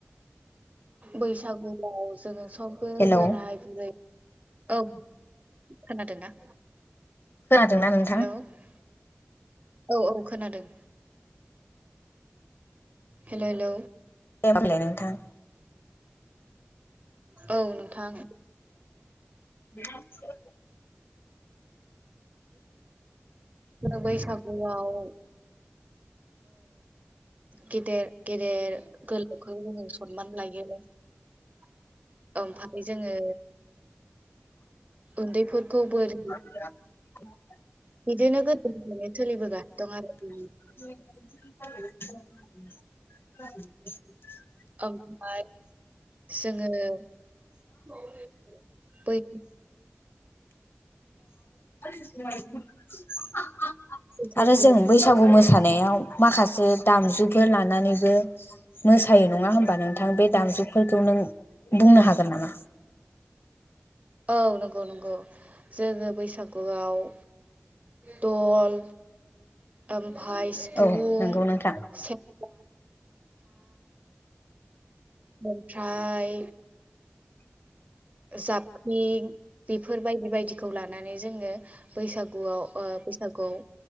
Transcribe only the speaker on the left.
हेलौ
खोनादोंना नोंथां
दे होनोमबालाय नोंथां
<inaudible>
<unintelligible>
<unintelligible>
<unintelligible>
आरो जों बैसागु मोसानायाव माखासे दामजुफोर लानानैबो मोसायो नङा होमबा नोंथां बे दामजुफोरखौ नों बुंनो हागोन नामा?
औ नंगौ नोंथां